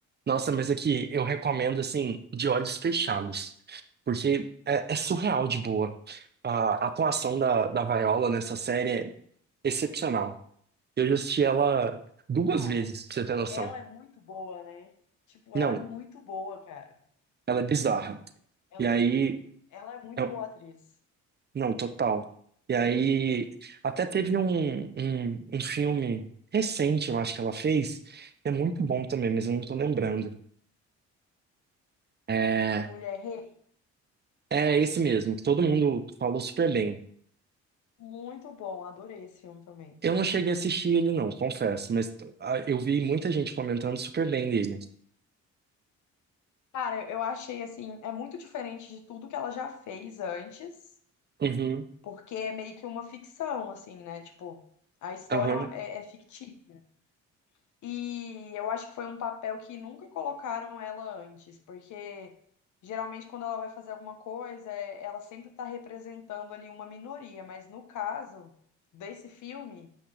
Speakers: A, on the right; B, on the left.
A: Nossa, mas aqui eu recomendo assim, de olhos fechados, porque é, é surreal de boa. A atuação da, da Viola nessa série é excepcional. Eu já assisti ela duas
B: Cara,
A: vezes, pra você ter noção.
B: ela é muito boa, né? Tipo,
A: Não,
B: ela é muito boa, cara.
A: ela é bizarra.
B: Ela,
A: E aí.
B: ela é muito
A: eu-
B: boa atriz.
A: não, total. E aí. Até teve um, um, um filme recente, eu acho que ela fez, que é muito bom também, mas eu não tô lembrando. É,
B: Uma mulher rei.
A: É esse mesmo, que todo mundo falou super bem.
B: Muito bom. Adorei esse filme também.
A: Eu não
B: Adorei.
A: cheguei a assistir ele, não, confesso, mas ah, eu vi muita gente comentando super bem dele.
B: Cara, eu achei assim, é muito diferente de tudo que ela já fez antes,
A: Uhum,
B: porque é meio que uma ficção, assim, né? Tipo, a história
A: aham,
B: é, é fictícia. E eu acho que foi um papel que nunca colocaram ela antes, porque geralmente quando ela vai fazer alguma coisa, é- ela sempre está representando ali uma minoria, mas no caso desse filme,